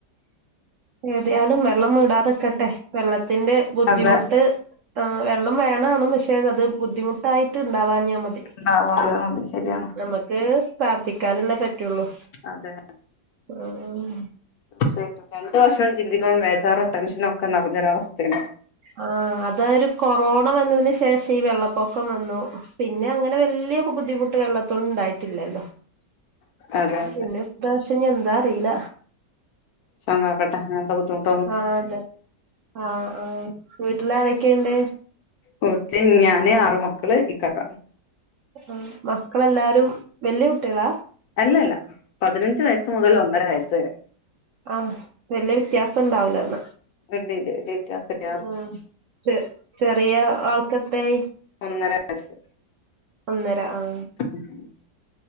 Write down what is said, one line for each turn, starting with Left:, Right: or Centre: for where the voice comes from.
Right: എവിടായാലും വെള്ളം കൂടാതിക്കട്ടെ വെള്ളത്തിന്റെ ബുദ്ധിമുട്ട്
Left: അതെ
Right: ആ വെള്ളം വേണെണം പക്ഷേ അത് ബുദ്ധിമുട്ടായിട്ട് ഇണ്ടാവാഞ്ഞ മതി
Left: ഉണ്ടാവാതെ ശരിയാണ്
Right: ഉം നമക്ക് പ്രാർത്ഥിക്കാനല്ലേ പറ്റുള്ളൂ
Left: അതെ
Right: ഉം
Left: തീർച്ചയായിട്ടും രണ്ടു വഷവും ചിന്തിക്കുമ്പോ വേചാറും ടെൻഷനും ഒക്കെ നിറഞ്ഞൊരവസ്ഥയേണ്
Right: ആഹ് അതാ ഒരു കൊറോണ വന്നതിന് ശേഷം ഈ വെള്ളപ്പൊക്കം വന്നു പിന്നെ അങ്ങനെ വല്യ ബുദ്ധിമുട്ട് വെള്ളത്തോണ്ട് ഇണ്ടായിട്ടില്ലല്ലോ
Left: അതെ
Right: പിന്നെ
Left: അതെ
Right: ഇപ്രാവശ്യെനി എന്താ അറില
Left: പടചോൻ കാക്കട്ടെ അങ്ങനത്തെ ബുദ്ധിമുട്ട്
Right: ആഹ് അതെ ആഹ് ആഹ് വീട്ടിലാരൊക്കെയിണ്ട്
Left: വീട്ടില് ഞാന് ആറ് മക്കള് ഇക്കാക്ക
Right: ആഹ് മക്കളെല്ലാരും വല്യ കുട്ട്യളാ
Left: അല്ലല്ല പതിനഞ്ച് വയസ് മുതൽ ഒന്നര വയസ് വരെ
Right: ആഹ് വെല്യ വ്യത്യാസം ഉണ്ടാവൂലെന്ന
Left: ഇല്ല ഇല്ല വലിയ വ്യത്യാസം ഇല്ല
Right: ആഹ് ചെ ചെറിയ ആൾക്കെത്രയായി
Left: ഒന്നര വയസ്
Right: ഒന്നര ആഹ്
Left: <inaudible>